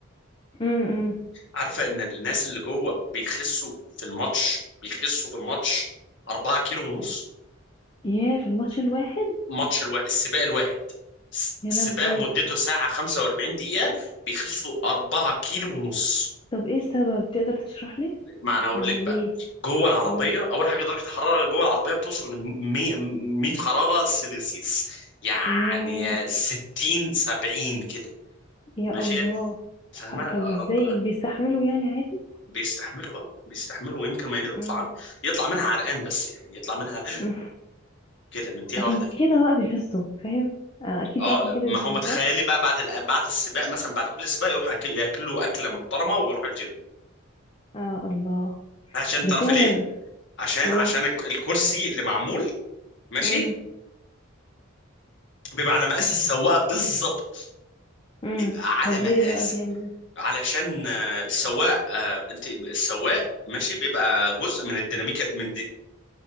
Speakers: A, on the left; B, on the left.
A: امم امم.
B: عارفه ان الناس اللي جوه بيخسوا في الماتش بيخسوا في الماتش 4 كيلو ونص
A: ياه في الماتش الواحد
B: الماتش الواحد السباق الواحد الس-
A: يا
B: السباق
A: لهوي
B: مدته ساعه 45 دقيقه بيخسوا 4 كيلو ونص
A: طب ايه السبب تقدر تشرح لي
B: ما انا اقول
A: يعني
B: لك بقى
A: ليه
B: جوه العربيه
A: قول
B: اول حاجه درجه الحراره جوه العربيه بتوصل ل 100 100 حراره سيلسيوس يعني
A: ياه
B: 60 70 كده
A: يا
B: ماشي
A: الله
B: فاهمه
A: طب ح-
B: ر-
A: طب ازاي بيستحملوا يعني عادي
B: بيستحملوا اه بيستحملوا ويمكن ما يطلع
A: امم
B: يطلع منها عرقان بس يعني يطلع منها
A: <laughs>
B: كده مديها
A: عشان
B: واحده
A: كده
B: كده
A: بقى بيفزتوا فاهم آه اكيد
B: اه
A: بقى عشان كده
B: ما
A: بيفزتوا
B: هو متخيلي
A: صح
B: بقى بعد ال- بعد السباق مثلا بعد كل سباق يروح أك- ياكلوا اكله محترمه ويروح الجيم
A: آه الله
B: عشان
A: ده
B: تعرفي
A: فعلا
B: ليه عشان
A: ليه
B: عشان الك- الكرسي اللي معمول ماشي
A: امم
B: بيبقى على مقاس السواق بالظبط
A: امم
B: بيبقى على
A: طب ليه
B: مقاس
A: بقى بيعملوا
B: علشان آه، السواق آه، انت السواق ماشي بيبقى جزء من الديناميكا من دي...